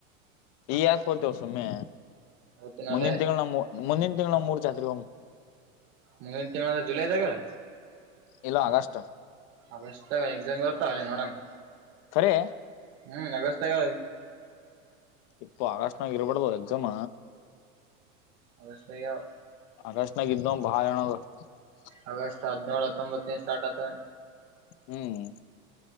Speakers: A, on the left; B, on the right.
A: ಈ ಯಾಕ ಹೋತಿಯೋ ಸುಮ್ಮನೆ
B: ಅವತ್ತಿನಲ್ಲೇ
A: ಮುಂದಿನ ತಿಂಗಳು ನಮ್ಮ ಮುಂದಿನ ತಿಂಗಳು ನಮೂರ್ ಜಾತ್ರಿಗ ಹೊಮ
B: ಮುಂದಿನ ತಿಂಗಳ ಜುಲೈದಾಗಲ್ಲ?
A: ಇಲ್ಲ ಆಗಷ್ಟ.
B: ಆಗಸ್ಟ್ದಾಗ ಎಕ್ಸಾಮ್ ಇರುತ್ತ ಅಲ್ಲೇ ನೋಡಮ್
A: ಕರೇ
B: ಹ್ಮ್ ಅಗಸ್ಟದಗ,
A: ಇಪ್ಪ ಆಗಸ್ಟ್ನಾಗ ಇರಬಡದು ಅವ ಎಕ್ಸಾಮ
B: ಆಗಸ್ಟ್ದಾಗ
A: ಅಗಷ್ಟ ನಾಗಿದ್ದ ಬಾಳ ಜನ <unintelligible>
B: ಆಗಸ್ಟ್ ಹದಿನೇಳು ಹತ್ತೊಂಬತ್ತನ ಸ್ಟಾರ್ಟ್ ಆತ
A: ಹ್ಮ್